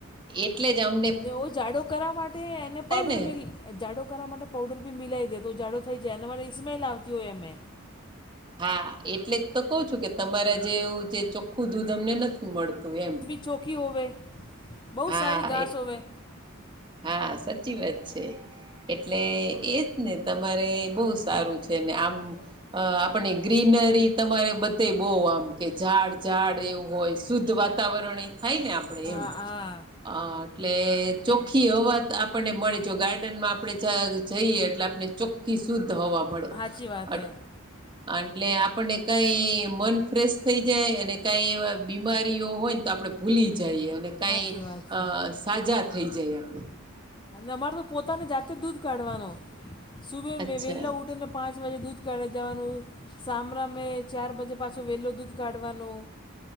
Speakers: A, on the right; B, on the left.
A: એટલે જ આમ
B: ને ઓ જાડો કરવા માટે એને પાવડર
A: ને
B: મેલ જાડો કરવા માટે પાઉડર બી મિલાવી દે તો જાડો થઈ માટે સ્મેલ આવતી હોય અમે
A: હા એટલે જ તો કહ છું કે તમારા જેવું જે ચોખ્ખું દૂધ અમને નથી મળતું એમ
B: ચોખી હોવે બહુ
A: હા
B: સારી ઘાસ
A: એટલે
B: હોવે
A: હા સચી વાત છે. એટલે એજ ને તમારે બહુ સારું છે ને આમ આપણે ગ્રીનરી તમારે બધે બહુ આમ કે ઝાડ ઝાડ એવું હોય શુદ્ધ વાત વાતાવરણ એ થાય ને આપણેે
B: હા
A: એમ
B: હા
A: અ એટલે ચોખ્ખી હવા આપણને મળે જો ગાર્ડનમાં આપણે જ જઈએ એટલે આપણે ચોખ્ખી શુદ્ધ હવા મળે
B: સાચી વાત
A: આ
B: હે
A: અ એટલે આપળને કઈ મન ફ્રેશ થઈ જાય અને કઈ એવા બીમારીઓ હોય ને તો આપણે ભૂલી જાય અને કાઈ
B: સાચી વાત છે
A: અ સાજા થઈ જઈએ એમ
B: અમારે તો પોતાને જાતે જ દૂધ કાઢવાનો સુબહ
A: અચ્છા
B: વે વેલા ઉઠીને પાંચ વાજે દૂધ કાઢી જવાનું સામરા મે ચાર બજે પાછો વહેલો દૂધ કાઢવાનું